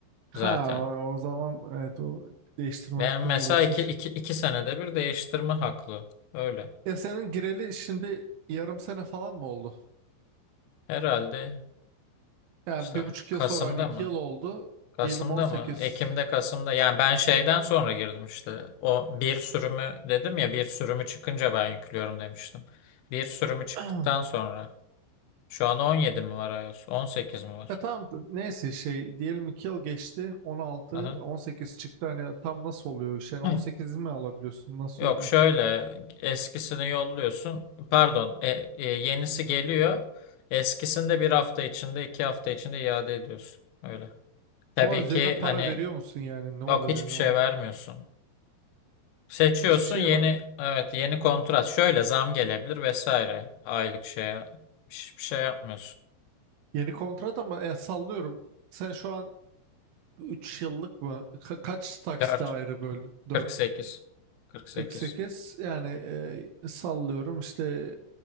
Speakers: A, on the left; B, on the right.
A: zaten.
B: Ha o, o zaman evet o değiştirme
A: Ben
B: hakkın
A: mesela
B: oluyorsun.
A: iki,
B: şimdi.
A: iki, iki senede bir değiştirme haklı. Öyle.
B: Ya senin gireli şimdi yarım sene falan mı oldu?
A: Herhalde
B: Yani
A: işte
B: bir buçuk
A: Kasım'da
B: yıl sonra hani iki
A: mı?
B: yıl oldu.
A: Kasım'da
B: Diyelim 18.
A: mı? Ekim'de Kasım'da. Yani ben şeyden sonra girdim işte. O bir sürümü dedim ya bir sürümü çıkınca ben yüklüyorum demiştim. Bir sürümü çıktıktan
B: <clears throat>
A: sonra. Şu an 17 mi var iOS? on sekiz mi var?
B: Ya tamam neyse şey diyelim iki yıl geçti. 16,
A: Aha.
B: 18 çıktı. Hani tam nasıl oluyor iş? Yani
A: <laughs>
B: 18
A: Hıh.
B: mi alabiliyorsun? Nasıl
A: Yok
B: oluyor?
A: şöyle eskisini yolluyorsun. Pardon, e, e, yenisi geliyor. Eskisini de bir hafta içinde, iki hafta içinde iade ediyorsun. Öyle. Tabii
B: Ama üzerine
A: ki
B: para
A: hani
B: veriyor musun yani? Ne oluyor
A: yok hiçbir
B: yani?
A: şey
B: On...
A: vermiyorsun. Seçiyorsun
B: Hiçbir şey
A: yeni
B: var.
A: evet yeni kontrat. Şöyle zam gelebilir vesaire. Aylık şeye hiçbir şey yapmıyorsun.
B: Yeni kontrat ama e, sallıyorum. Sen şu an 3 yıllık mı? Ka- kaç taksite
A: dört
B: ayrı böldün? 4.
A: kırk sekiz kırk sekiz
B: 48 yani e, sallıyorum işte